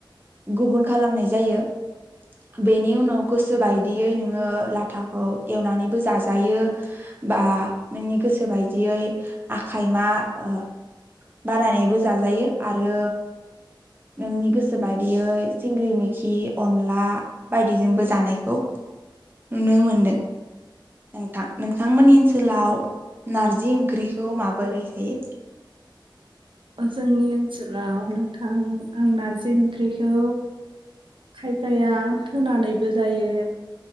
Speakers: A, on the right (about 25°); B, on the right (about 75°).
A: गुबुन खालामनाय जायो बेनि उनाव गोसो बायदियै नोङो लाथाखौ एवनानैबो जाजायो बा नोंनि गोसो बायदियै आखाइ मा ओ बानानैबो जाजायो आरो नोंनि गोसो बादियै सिंगि मोखि अनला बायदिजोंबो जानायखौ नुनो मोनदों नोंथां नोंथांमोननि ओनसोलाव नारजि ओंख्रिखौ माबोरै जायो?
B: जोंनि ओनसोलाव नोंथां आं नारजि ओंख्रिखौ खायफाया थुमनानैबो जायो